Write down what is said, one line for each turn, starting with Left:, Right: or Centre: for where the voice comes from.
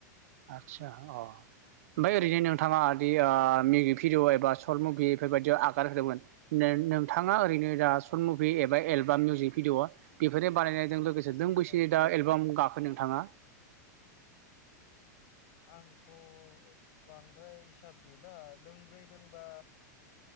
Right: आतसा अ ओमपाय ओरै जे नोंथाङा दि ओ मिउजिक भिडिअ एबा सर्ट मुभिफोरबादियाव आगार होदोंमोन नो नोंथाङा ओरैनो दा शर्ट मुभि एबा एलबाम मिउजिक भिडिअ बेफोरनो बानायनायजों लोगो से दों
Left: औ
Right: बैसे दा एलबाम गाखो नोंथाङा
Left: आंथ' बांद्राय हिसाब गैला दोंब्रै दोंबा